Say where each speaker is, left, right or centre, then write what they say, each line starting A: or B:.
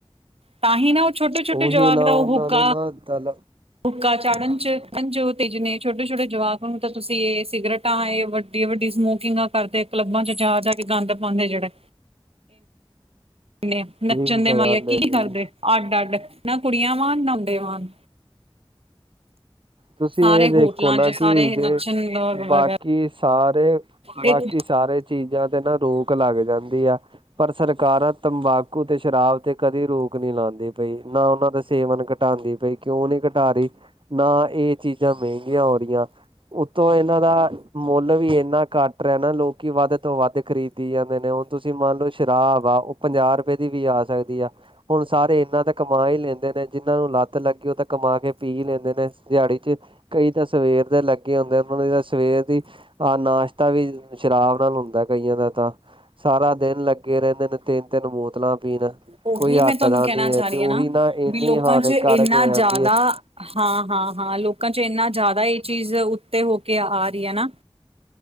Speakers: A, on the right; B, on the right.
A: ਤਾਂਹੀ ਉਹ ਛੋਟੇ-ਛੋਟੇ
B: ਉਹੀ
A: ਜਵਾਕ
B: ਨਾ
A: ਦਾ
B: ਉਹਨਾਂ
A: ਉਹ ਹੁੱਕ
B: ਨੂੰ ਨਾ ਤਲ
A: ਹੁੱਕਾ ਚਾੜਨ 'ਚ <unintelligible> ਤੇਜ ਨੇ ਛੋਟੇ-ਛੋਟੇ ਜਵਾਕ ਤਾਂ ਤੁਸੀਂ ਇਹ ਸਿਗਰਟ ਤਾਂ ਇਹ ਵੱਡੀ-ਵੱਡੀ ਸਮੋਕਿੰਗਾਂ ਕਰਦੇ ਕਲੱਬਾਂ 'ਚ ਜਾ-ਜਾ ਕੇ ਗੰਦ ਪਾਦੇ ਜਿਹੜੇ ਨੇ
B: ਠੀਕ
A: ਨੱਚਣ ਦੇ
B: ਤਾਂ
A: ਮਾਈਆ
B: ਗੱਲ ਹੈ
A: ਕੀ
B: ਜੀ
A: ਕਰਦੇ ਅੱਡ-ਅੱਡ ਨਾ ਕੁੜੀਆਂ ਵਾਂਗ ਨਾ ਮੁੰਡੇ ਵਾਂਗ
B: ਤੁਸੀਂ
A: ਸਾਰੇ
B: ਇਹ ਦੇਖੋ
A: ਹੋਟਲਾਂ
B: ਨਾ
A: ਚ ਸਾਰੇ
B: ਕਿ
A: ਨੱਚਣ
B: ਜੇ
A: ਵਗੈਰਾ
B: ਬਾਕੀ ਸਾਰੇ, ਬਾਕੀ
A: ਇਹ
B: ਸਾਰੇ ਚੀਜ਼ਾਂ ਤੇ ਨਾ ਰੋਕ ਲੱਗ ਜਾਂਦੀ ਆ, ਪਰ ਸਰਕਾਰਾਂ ਤੰਬਾਕੂ ਤੇ ਸ਼ਰਾਬ ਤੇ ਕਦੇ ਰੋਕ ਨੀ ਲਾਉਂਦੀ ਪਈ ਨਾ ਉਹਨਾਂ ਦਾ ਸੇਵਨ ਘਟਾਦੀ ਪਈ। ਕਿਉਂ ਨੀ ਘਟਾ ਰੀ, ਨਾ ਇਹ ਚੀਜ਼ਾਂ ਮਹਿੰਗੀਆਂ ਹੋ ਰੀਆਂ। ਉੱਤੋ ਇਹਨਾਂ ਦਾ, ਮੁੱਲ ਵੀ ਇੰਨਾ ਘੱਟ ਰਿਹਾ ਨਾ ਲੋਕੀ ਵੱਧ ਤੋਂ ਵੱਧ ਖਰੀਦ ਜਾਂਦੇ ਨੇ, ਹੁਣ ਤੁਸੀਂ ਮੰਨਲੋ ਸ਼ਰਾਬ ਆ ਉਹ ਪੰਜਾਹ ਰੁਪਏ ਦੀ ਵੀ ਆ ਸਕਦੀ ਆ। ਹੁਣ ਸਾਰੇ ਇਹਨਾਂ ਤਾਂ ਕਮਾ ਈ ਲੈਂਦੇ ਨੇ, ਜਿਹਨਾਂ ਨੂੰ ਲੱਤ ਲੱਗੀ ਉਹ ਤਾਂ ਕਮਾਕੇ ਪੀ ਈ ਲੇਂਦੇ ਨੇ। ਦਿਹਾੜੀ ਤੇ ਕਈ ਤਾਂ ਸਵੇਰ ਦੇ ਲੱਗੇ ਹੁੰਦੇ, ਉਹਨਾਂ ਦੀ ਤਾਂ ਸਵੇਰ ਦੀ ਆਹ ਨਾਸ਼ਤਾ ਵੀ ਸ਼ਰਾਬ ਨਾਲ ਹੁੰਦਾ ਕਈਆਂ ਦਾ, ਤਾਂ। ਸਾਰਾ ਦਿਨ ਲੱਗੇ ਰਹਿੰਦੇ ਨੇ, ਤਿੰਨ-ਤਿੰਨ ਬੋਤਲਾਂ ਪੀਣ।
A: ਓਹੀ
B: ਕੋਈ ਹਟਦਾ
A: ਮੈਂ ਤੁਹਾਨੂੰ ਕਹਿਣਾ
B: ਨੀ ਹੈ
A: ਚਾਹ ਰਹੀ
B: ਤੇ ਉਹੀ
A: ਆ ਨਾ,
B: ਇੰਨੀ
A: ਵੀ ਲੋਕਾਂ
B: ਹਾਨੀਕਾਰਕ
A: 'ਚ ਇੰਨਾ
B: ਹੋ
A: ਜ਼ਿਆਦਾ
B: ਜਾਂਦੀ ਹੈ
A: ਹਾਂ-ਹਾਂ-ਹਾਂ, ਲੋਕਾਂ 'ਚ ਇੰਨਾ ਜ਼ਿਆਦਾ ਇਹ ਚੀਜ਼ ਉੱਤੇ ਹੋਕੇ ਆ ਰਹੀ ਆ ਨਾ।